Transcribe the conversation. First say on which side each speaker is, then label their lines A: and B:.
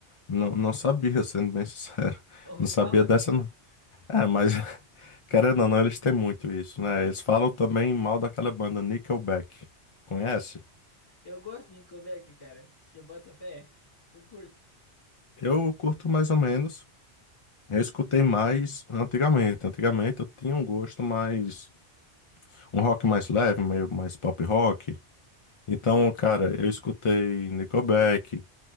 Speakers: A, on the left; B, on the left.
A: não, não sabia, sendo bem sincero.
B: Ouvi
A: Não sabia
B: falar.
A: dessa, não. É, mas. <laughs> Querendo ou não, eles têm muito isso, né? Eles falam também mal daquela banda Nickelback. Conhece?
B: Eu gosto de Nickelback, cara. Se eu boto fé, eu curto.
A: Eu curto mais ou menos. Eu escutei mais antigamente. Antigamente eu tinha um gosto mais. Um rock mais leve, meio mais pop rock. Então, cara, eu escutei Nickelback.